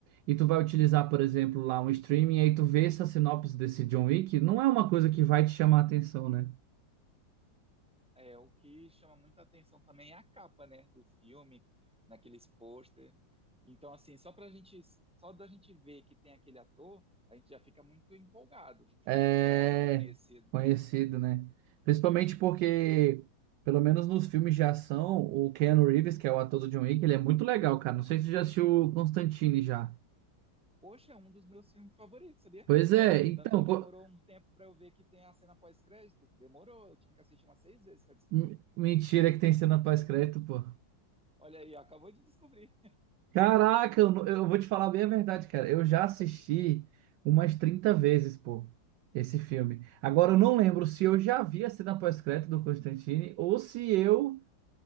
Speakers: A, on the right; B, in the centre.
A: e tu vai utilizar, por exemplo, lá um streaming, e aí tu vê essa sinopse desse John Wick, não é uma coisa que vai te chamar a atenção, né?
B: É, o que chama muita atenção também é a capa, né, do filme, naqueles pôster. Então, assim, só pra gente, só da gente ver que tem aquele ator, a gente já fica muito empolgado,
A: É
B: né, quando é um ator conhecido.
A: conhecido, né? Principalmente porque, pelo menos nos filmes de ação, o Keanu Reeves, que é o ator do John Wick, ele é muito legal, cara. Não sei se você já assistiu o Constantine já.
B: Poxa, é um dos meus filmes favoritos, sabia?
A: Pois é, então.
B: Tanto que demorou
A: co-
B: um tempo pra eu ver que tem a cena pós-crédito. Demorou, eu tive que assistir umas seis vezes pra descobrir.
A: M- Mentira que tem cena pós-crédito, pô.
B: Olha aí, ó, acabou de descobrir.
A: Caraca, eu, não- eu vou te falar bem a verdade, cara. Eu já assisti umas 30 vezes, pô, esse filme. Agora eu não lembro se eu já vi a cena pós-crédito do Constantine ou se eu